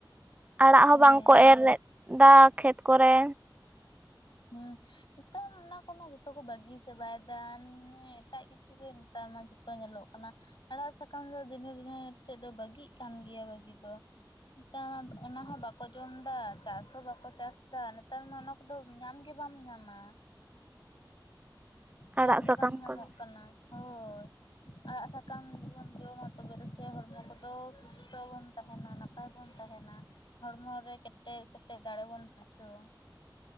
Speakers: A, on the right; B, on the left.
A: ᱟᱲᱟᱜ ᱦᱚᱸ
B: ᱦᱮᱸ
A: ᱵᱟᱝᱠᱚ ᱮᱨᱮᱫᱟ ᱠᱷᱮᱛ, ᱠᱚᱨᱮ᱾
B: ᱦᱩᱸ, ᱱᱮᱛᱟᱨ ᱚᱱᱟ ᱠᱚᱢᱟ ᱡᱚᱛᱚ ᱠᱚ ᱵᱟᱹᱜᱤ ᱪᱟᱵᱟᱭᱮᱫᱟ ᱮᱴᱟᱜ ᱠᱤᱪᱷᱩ ᱜᱮ ᱱᱮᱛᱟᱨ ᱢᱟ ᱡᱚᱛᱚ ᱧᱮᱞᱚᱜ, ᱠᱟᱱᱟ ᱟᱲᱟᱜ ᱥᱟᱠᱟᱢ ᱫᱚ ᱫᱤᱱᱟᱹ ᱫᱤᱱᱟᱹ ᱛᱮᱫ ᱫᱚ ᱵᱟᱹᱜᱤ ᱠᱟᱱ ᱜᱮᱭᱟ ᱵᱟᱹᱜᱤ ᱫᱚ᱾ ᱱᱮᱛᱟᱨ ᱚᱱᱟ ᱦᱚᱸ ᱵᱟᱠᱚ ᱡᱚᱢ ᱫᱟ ᱪᱟᱥ ᱦᱚᱸ ᱵᱟᱠᱚ ᱪᱟᱥ ᱫᱟ ᱱᱮᱛᱟᱨ ᱢᱟ ᱚᱱᱟ ᱠᱚᱫᱚ, ᱧᱟᱢ ᱜᱮ ᱵᱟᱢ ᱧᱟᱢᱟ ᱧᱟᱢ
A: ᱟᱲᱟᱜ
B: ᱜᱮ
A: ᱥᱟᱠᱟᱢ
B: ᱵᱟᱝ ᱧᱟᱢᱚᱜ
A: ᱠᱚᱫᱚ
B: ᱠᱟᱱᱟ᱾ ᱦᱳᱭ, ᱟᱲᱟᱜ ᱥᱟᱠᱟᱢ ᱜᱮᱵᱚᱱ ᱡᱚᱢᱟ ᱛᱚᱵᱮ ᱫᱚ ᱥᱮ ᱦᱚᱲᱢᱚ ᱠᱚᱫᱚ ᱥᱩᱥᱛᱚ ᱵᱚᱱ ᱛᱟᱦᱮᱱᱟ ᱱᱟᱜ, ᱱᱟᱯᱟᱭ ᱵᱚᱱ ᱛᱟᱦᱮᱱᱟ ᱦᱚᱲᱢᱚ ᱨᱮ ᱠᱮᱴᱮᱜ ᱥᱮᱴᱮᱡᱜ ᱫᱟᱲᱮ ᱵᱚᱱ ᱵᱩᱡᱷᱟᱹᱣᱟ᱾